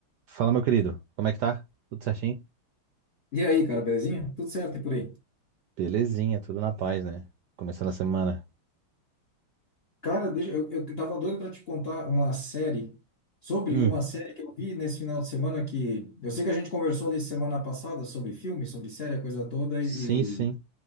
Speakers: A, on the right (about 75°); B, on the left (about 65°).
A: Fala, meu querido. Como é que tá? Tudo certinho?
B: E aí, cara, belezinha? Tudo certo e por aí?
A: Belezinha, tudo na paz, né? Começando a semana.
B: Cara, deixa, eu, eu tava doido pra te contar uma série sobre
A: Hum,
B: uma série que eu vi nesse final de semana que eu sei que a gente conversou ali semana passada sobre filme, sobre série, a coisa toda
A: sim,
B: e,
A: sim.
B: e,